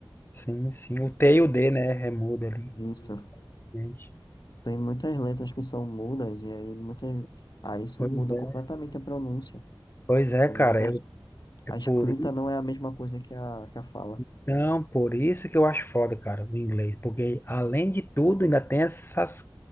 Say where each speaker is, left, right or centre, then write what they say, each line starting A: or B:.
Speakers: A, on the left; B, on the left.
A: Sim, sim. O T e o D, né? Remuda ali,
B: Isso.
A: gente.
B: Tem muitas letras que são mudas, e aí muitas. ah isso
A: Pois
B: muda
A: é.
B: completamente a pronúncia.
A: Pois é,
B: Então,
A: cara.
B: muitas...
A: eu-
B: a
A: é por,
B: escrita
A: i-
B: não é a mesma coisa que a, que a fala.
A: então, por isso que eu acho foda, cara, o inglês. Porque, além de tudo, ainda tem essas.